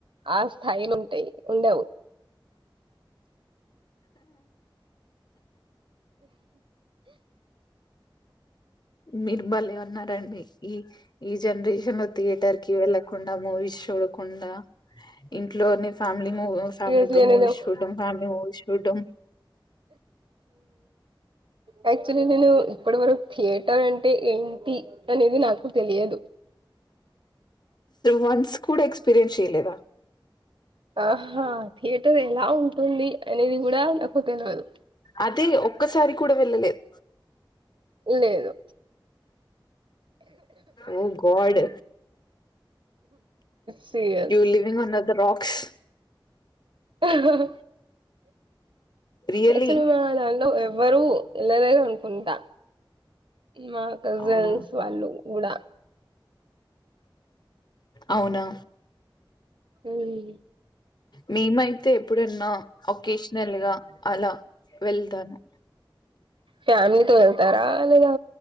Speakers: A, on the right; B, on the left.
A: ఆ పయిన ఉంటాయి ఉండవు
B: మీరు బాలే ఉన్నారండి ఈ ఈ జనరేషన్. షన్ లో థియేటర్ కి వెళ్ళకుండా మూవీస్ చూడకుండా ఇంట్లోనే. ఫ్యామిలీ మూవీ ఫ్యామిలీతో
A: సీరియస్లీ
B: మూవీస్
A: నేను
B: చూడం ఫ్యామిలీ మూవీస్ చూడం.
A: యాక్చువలీ నేను ఇప్పటి వరకు థియేటర్ అంటే ఏంటి అనేది నాకు తెలియదు
B: వన్స్ పిరింషిరి లేద
A: ఆహా థియేటర్ ఎలా ఉంటుంది అనేది కూడా నాకు తెలువదు.
B: అదే ఒక్కసారి కూడా వెళ్ళలేదు.
A: లేదు.
B: Oh god.
A: serious
B: You living on the the rocks.
A: Ah.
B: Really.
A: ఎచుడు వాళ్లల్లో ఎవ్వరు ఎల్లలేరనుకుంటా. మా కజిన్స్
B: అవునా?
A: వాళ్ళు కూడా.
B: అవునా.
A: ఓయ్.
B: మేమైతే ఎప్పుడన్నా ఒకేషనల్ గా అలా. వెళ్తాను.
A: ఫ్యామిలీతో వెళ్తారా. ఆహ్ లేదా